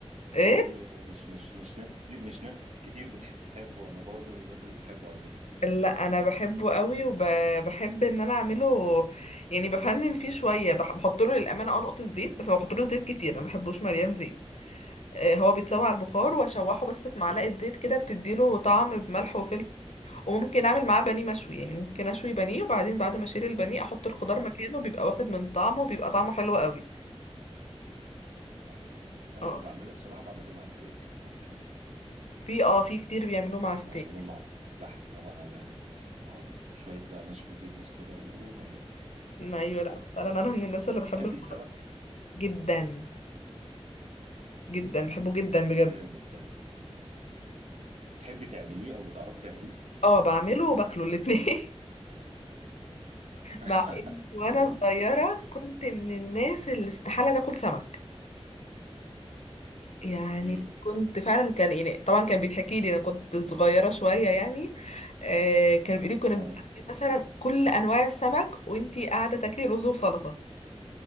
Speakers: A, on the left (about 85°); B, on the right (about 90°).
A: ايه
B: م- مش مش مش ناس كتير مش ناس كتير بتحبه انا برضو من الناس اللي بتحبه على فكره
A: لا انا بحبه قوي وبحب ان انا اعمله يعني بفنن فيه شويه بح- بحط له للامانه اه نقطه زيت بس ما بحطلوش زيت كتير انا ما بحبوش مليان زيت أه هو بيتسوى على البخار
B: مم.
A: واشوحه بس في معلقه زيت كده بتديله طعم بملح وفلفل وممكن اعمل معاه بانيه مشوي يعني ممكن اشوي بانيه وبعدين بعد ما اشيل البانيه احط الخضار
B: اه
A: مكانه بيبقى واخد من طعمه بيبقى طعمه حلو قوي
B: صحيح انا
A: اه
B: ما بعمله بصراحه بعمله مع ستيك مع لحمه
A: في اه في كتير بيعملوه مع ستيك
B: بعمله مع ستيك لحمه بقى على اه وشويه بقى ماش بوتيتوز كده اوه ماي جاد
A: ايوه لا فعلا انا من الناس اللي بحب
B: تحبي
A: الخضار
B: السمك
A: جدا جدا بحبه جدا بجد
B: جامد ده بتحبي تعمليه او بتعرفي تعمليه
A: اه بعمله وباكله الاتنين <laughs>
B: <laughs>
A: مع اني وانا
B: جامد ده
A: صغيرة كنت من الناس اللي استحالة تاكل سمك يعني
B: امم
A: كنت فعلا كان يعني طبعا كان بيتحكي لي انا كنت صغيرة شوية يعني آه كان بيقولي كنا
B: آه.
A: بنعمل مثلا كل انواع السمك وانتي قاعدة تاكلي رز وسلطة